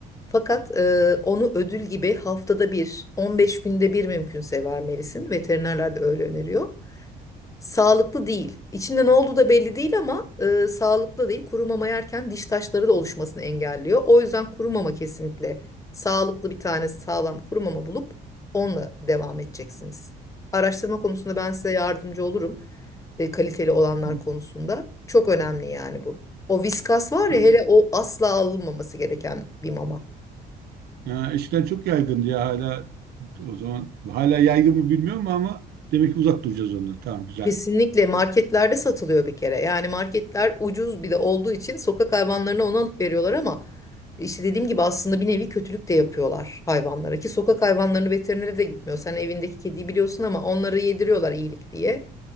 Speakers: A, on the left; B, on the right.
A: Fakat e, onu ödül gibi haftada bir, 15 günde bir mümkünse vermelisin. Veterinerler de öyle öneriyor. Sağlıklı değil. İçinde ne olduğu da belli değil ama e, sağlıklı değil. Kuru mama yerken diş taşları da oluşmasını engelliyor. O yüzden kuru mama kesinlikle sağlıklı bir tane sağlam kuru mama bulup onunla devam edeceksiniz. Araştırma konusunda ben size yardımcı olurum. E, kaliteli olanlar
B: Hı,
A: konusunda. Çok önemli yani bu. O viskas var
B: Tamam.
A: ya hele o asla alınmaması gereken bir mama.
B: Ha, eskiden çok yaygındı ya hala o zaman. Hala yaygın mı bilmiyorum ama demek ki uzak duracağız ondan. Tamam güzel.
A: Kesinlikle marketlerde satılıyor bir kere. Yani marketler ucuz bir de olduğu için sokak hayvanlarına onu alıp veriyorlar ama işte dediğim gibi aslında bir nevi kötülük de yapıyorlar hayvanlara ki sokak hayvanlarını veterinere de gitmiyor. Sen evindeki kediyi biliyorsun ama onları yediriyorlar iyilik diye.